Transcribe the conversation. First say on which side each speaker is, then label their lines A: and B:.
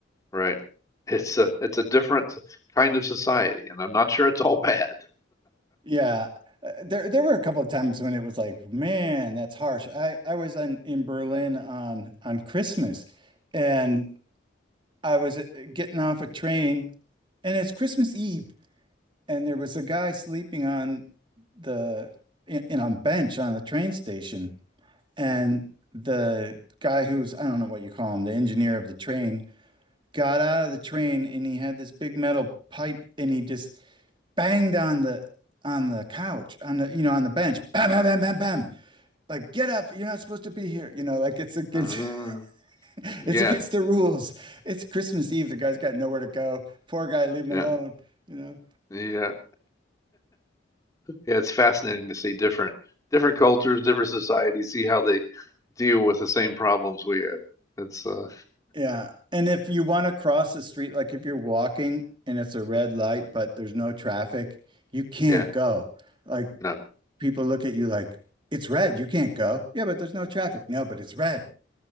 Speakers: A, on the left (about 15°); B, on the right (about 25°).
A: Right. It's a it's a different kind of society, and I'm not sure it's all bad.
B: Yeah. Uh, There there were a couple of times when it was like, man, that's harsh. I I was on in Berlin on on Christmas and I was uh, getting off a train and it's Christmas Eve and there was a guy sleeping on the in, in a bench on the train station and
A: mm
B: the guy who's I don't know what you call him the engineer of the train got out of the train and he had this big metal pipe and he just banged on the on the couch on the you know on the bench bam bam bam bam bam like get up you're not supposed to be here you know like it's against
A: hmm
B: <laughs>
A: Uh, yeah.
B: it's against the rules it's Christmas Eve the guy's got nowhere to go poor guy leave him
A: Yeah.
B: alone you know
A: Yeah, yeah, it's fascinating to see different different cultures, different societies, see how they deal with the same problems we have. It's uh,
B: Yeah. And if you want to cross the street, like if you're walking and it's a red light, but there's no traffic, you can't
A: yeah,
B: go. Like
A: no,
B: people look at you like, it's red, you can't go. Yeah, but there's no traffic. No, but it's red,